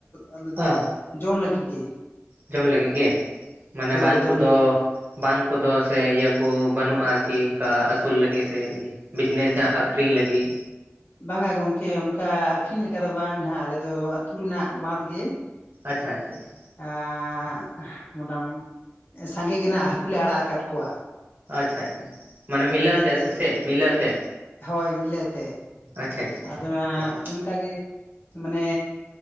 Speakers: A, on the left; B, on the right.
A: ᱟᱞᱮ ᱫᱚ
B: ᱦᱮᱸ
A: ᱡᱚᱢ ᱞᱟᱹᱜᱤᱫ ᱜᱮ
B: ᱡᱚᱢ ᱞᱟᱹᱜᱤᱫ ᱜᱮ ᱢᱟᱱᱮ
A: ᱦᱳᱭ
B: ᱵᱟᱱ
A: ᱡᱚᱢ
B: ᱠᱚᱫᱚ
A: ᱞᱟᱹᱜᱤᱫ ᱜᱮ
B: ᱵᱟᱱ ᱠᱚᱫᱚ ᱥᱮ ᱤᱭᱟᱹ ᱠᱚ ᱵᱟᱹᱱᱩᱜᱼᱟ ᱠᱤ ᱠᱟ ᱟᱹᱥᱩᱞ ᱞᱟᱹᱜᱤᱫ ᱥᱮ ᱤᱭᱟᱹ ᱵᱤᱡᱽᱱᱮᱥ ᱟᱜ ᱟᱹᱠᱷᱨᱤᱧ ᱞᱟᱹᱜᱤᱫ
A: ᱵᱟᱝᱟ ᱜᱚᱝᱠᱮ ᱚᱝᱠᱟ ᱟᱹᱠᱷᱨᱤᱧ ᱞᱮᱠᱟ ᱫᱚ ᱵᱟᱝ ᱱᱟᱜ ᱟᱞᱮ ᱫᱚ ᱟᱹᱛᱩ ᱨᱮᱱᱟᱜ ᱵᱟᱸᱫᱽ ᱜᱮ
B: ᱟᱪᱷᱟ ᱟᱪᱷᱟ ᱟᱪᱷᱟ
A: ᱟᱸᱻ ᱢᱚᱴᱟᱢ ᱥᱟᱸᱜᱮ ᱜᱮᱱᱟᱜ ᱦᱟᱹᱠᱩᱞᱮ ᱟᱲᱟᱜ ᱟᱠᱟᱫ ᱠᱚᱣᱟ
B: ᱟᱪᱪᱷᱟ ᱟᱪᱪᱷᱟ ᱢᱟᱱᱮ ᱢᱤᱞᱟᱹᱣ
A: ᱟᱹᱰᱤ ᱰᱷᱮᱨ
B: ᱛᱮ
A: ᱜᱮ
B: ᱥᱮ ᱥᱮᱫ ᱢᱤᱞᱟᱹᱣ ᱛᱮ
A: ᱦᱳᱭ ᱢᱤᱞᱟᱹᱛᱮ
B: ᱟᱪᱪᱷᱟ ᱟᱪᱪᱷᱟ
A: ᱟᱫᱚ ᱱᱟᱜ
B: ᱦᱳᱭ
A: ᱚᱱᱠᱟ ᱜᱮ ᱢᱟᱱᱮ